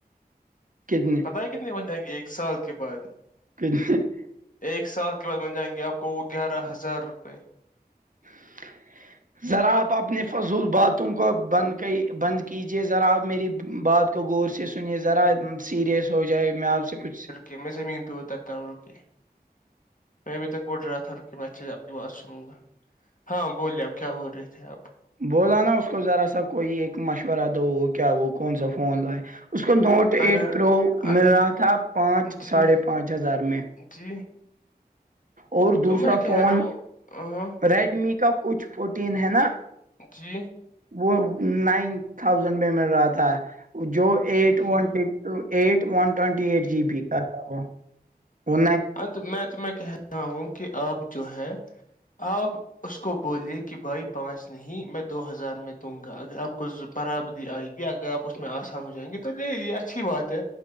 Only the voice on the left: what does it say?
پتا ہے کتنے بن جائیں گے ایک سال کے بعد
ایک سال کے بعد بن جائیں گے آپ کو وہ گیارہ ہزار روپے
ج میں سے منتو ہو ترتاوں روکے <unintelligible> میں اب تک اٹ رہا تھا رک میں اچ آپ کی بات سنوں گا ہاں بولیے آپ کیا بول رہے تھے آپ
اگر
اگر
جی
جی
تو میں کہہ
رہا ہوں ہاں
جی
G
ا تو میں تو میں کہہ رہا ہوں کہ آپ جو ہے آپ اس کو بولیے کہ بھائی پانچ میں نہیں میں دو ہزار میں دوں گا اگر آپ کو برابری آئے گی اگر آپ اس میں آسان ہو جائیں گے تو تولے یہ اچھی بات ہے